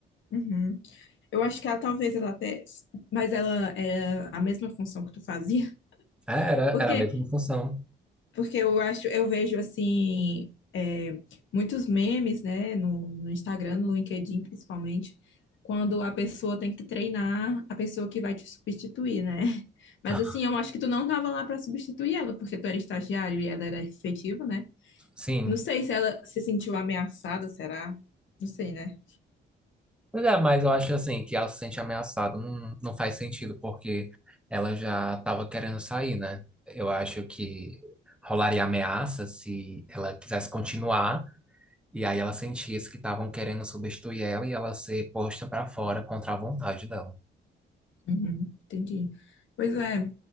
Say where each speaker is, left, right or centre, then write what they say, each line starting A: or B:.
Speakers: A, on the left (about 75°); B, in the centre.
A: uhum. Eu acho que ela talvez ela até, mas ela é a mesma função que tu fazia.
B: É, Era,
A: <laughs> Por
B: era
A: quê?
B: a mesma função.
A: Porque eu acho, eu vejo assim, é, muitos memes, né, no, no Instagram, no LinkedIn principalmente, quando a pessoa tem que treinar a pessoa que vai te substituir, né? <laughs> Mas
B: <laughs>
A: assim, eu acho que tu não tava lá para substituir ela, porque tu era estagiário e ela era efetiva, né?
B: Sim.
A: Não sei se ela se sentiu ameaçada, será? Não sei, né?
B: Pois é, mas eu acho assim que ela se sente ameaçada não, não faz sentido, porque ela já estava querendo sair, né? Eu acho que rolaria ameaça se ela quisesse continuar, e aí ela sentisse que estavam querendo substituir ela e ela ser posta pra fora contra a vontade dela.
A: Uhum, entendi. Pois é,